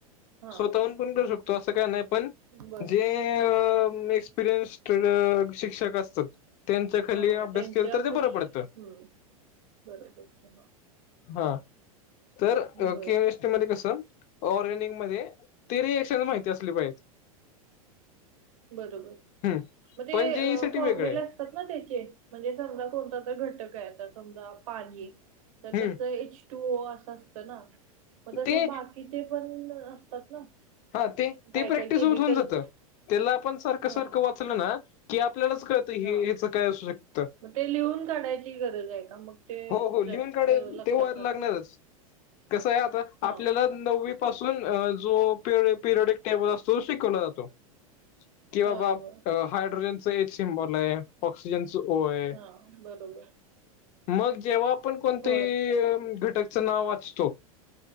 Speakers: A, on the right; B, on the left.
A: हा
B: स्वतःहून पण करू शकतो असं काय नाही पण
A: बरं
B: जे अम एक्सपिरीयन्स ट्रेनर शिक्षक असतात त्यांचा खालीला
A: हा
B: अभ्यास
A: त्यांच्यापास
B: केला तर ते बरं पडतं.
A: हम्म बरोबर हा
B: हा तर
A: बर
B: केमिस्ट्री मध्ये कसं ऑर्गॅनिक मध्ये तरी रिएक्शन माहिती असली पाहिजे.
A: बरोबर
B: हम्
A: म ते
B: पण जे
A: अ
B: ई साठी
A: फॉर्म्युलास
B: वेगळं आहे
A: तात ना त्याचे म्हणजे समजा कोणता तर घटक आहे आता समजा पाणी तर त्याचा
B: हम्
A: एच टू ओ असं असतं ना म तसंच
B: ते
A: बाकी तिथे पण असतात ना.
B: हा ते ते
A: काय
B: प्रॅक्टिस
A: काय केमिकल्स
B: होत होऊन जातं त्याला आपण सारखं
A: हा
B: सारखं वाचलं ना कि आपल्यालाच कळतं हे
A: हा
B: ह्याचा काय असू शकतं.
A: मग ते लिहून काढायची गरज आहे का मग ते
B: हो हो लिहून
A: जास्त
B: काडे
A: लक्षात
B: तेव्हा
A: राहत
B: लागणारच कसं आहे आता
A: हा
B: आपल्याला नव्व्वी पासून जो पिरियो पिरयडिक टेबल असतो तो शिकवला जातो. कि बाबा
A: होय होय
B: अ हायड्रोजनच एच सिमबॉल आहे ऑक्सीजन चा ओ आहे.
A: हा बरोबर
B: मग जेव्हा आपण कोणतही
A: होय
B: घटकचं नाव वाचतो